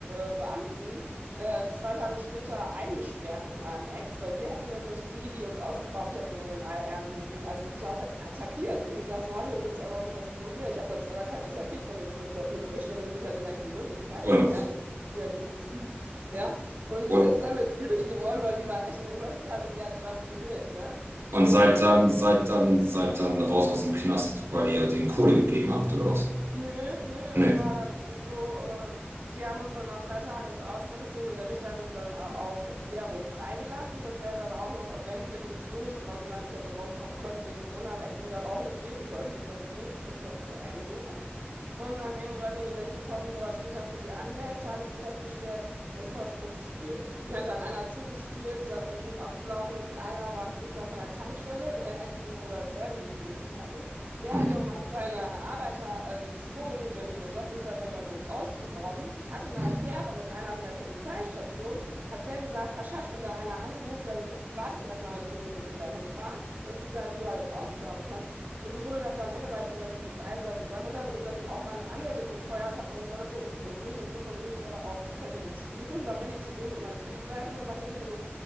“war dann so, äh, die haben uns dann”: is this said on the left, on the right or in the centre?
Right